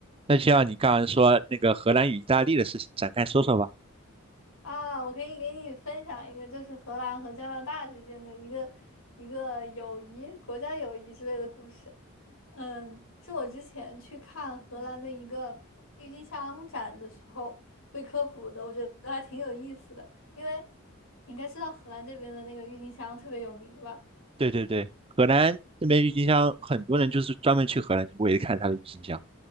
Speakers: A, on the right; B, on the left.
A: 那就像你刚刚说那个荷兰与意大利的事情，展开说说吧。
B: 啊，我可以给你分享一个，就是荷兰和加拿大之间的一个一个友谊、国家友谊之类的故事。嗯，是我之前去看荷兰的一个郁金香展的时候被科普的，我觉得还挺有意思的。因为你应该知道荷兰这边的那个郁金香特别有名吧？
A: 对对对，荷兰那边郁金香，很多人就是专门去荷兰为了看它的郁金香。